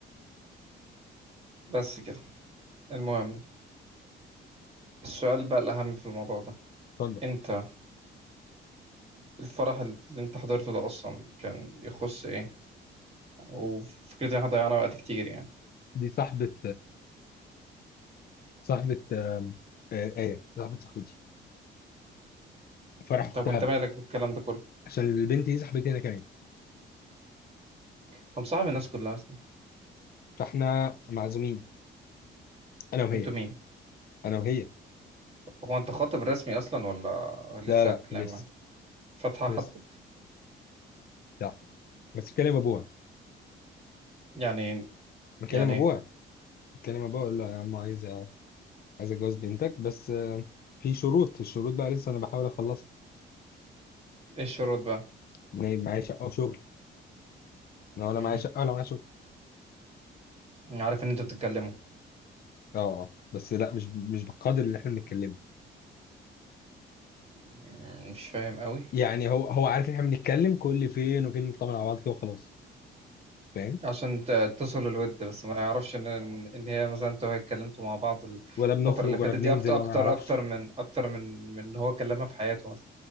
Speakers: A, on the right; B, on the left.
A: بس كده المهم السؤال بقى الأهم في الموضوع ده
B: اتفضل
A: أنت الفرح اللي انت حضرته ده اصلا كان يخص ايه وفكرة ان احنا ضيعنا وقت كتير يعني
B: دي صاحبة صاحبة آه، آية صاحبة صاحبتي فرح أختها
A: طب وانت
B: بقى
A: مالك بالكلام ده كله
B: عشان البنت دي صاحبتي أنا كمان
A: طب صاحب الناس كلها اصلا
B: فإحنا معزومين أنا وهي
A: انتوا مين
B: أنا وهي
A: هو انت خاطب رسمي اصلا ولا لسه
B: لا لا
A: كلام
B: لسه
A: يعني؟ فاتحة حد
B: لسه لا بس بكلم أبوها
A: يعني
B: بكلم
A: يعني
B: أبوها بكلم أبوها أقول له يا عم عايز عايز اتجوز بنتك بس آه، في شروط الشروط بقى لسه انا بحاول اخلصها
A: ايه الشروط بقى
B: ان هي معايا شقه وشغل انا ولا
A: مهم.
B: معايا شقه ولا معايا شغل
A: انا عارف ان انتوا بتتكلموا
B: اه اه بس لا مش مش بالقدر اللي احنا بنتكلمه
A: مم، مش فاهم قوي
B: يعني هو هو عارف ان احنا بنتكلم كل فين وفين نطمن على بعض كده وخلاص فاهم
A: عشان ت- تصل الود بس ما يعرفش ان ان هي مثلا انتوا وهي اتكلمتوا مع بعض الفترة
B: ولا بنخرج
A: اللي فاتت
B: ولا بننزل
A: دي اكتر اكتر
B: ولا ما اعرفش
A: اكتر من اكتر من من إن هو كلمها في حياته مثلا